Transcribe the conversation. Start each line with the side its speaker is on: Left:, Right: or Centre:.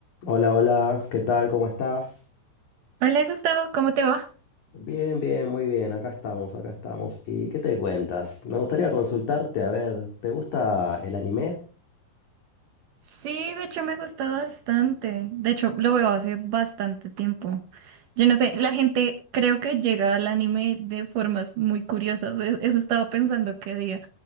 Left: Hola, hola, ¿qué tal? ¿Cómo estás?
Right: Hola Gustavo, ¿cómo te va?
Left: Bien, bien, muy bien, acá estamos, acá estamos. ¿Y qué te cuentas? Me gustaría consultarte, a ver, ¿te gusta el anime?
Right: Sí, de hecho me gustó bastante. De hecho, lo veo hace bastante tiempo. Yo no sé, la gente creo que llega al anime de formas muy curiosas. e- Eso estaba pensando qué día.